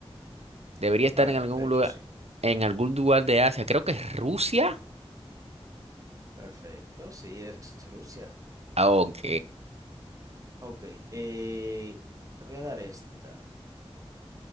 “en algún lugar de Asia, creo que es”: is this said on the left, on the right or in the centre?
Right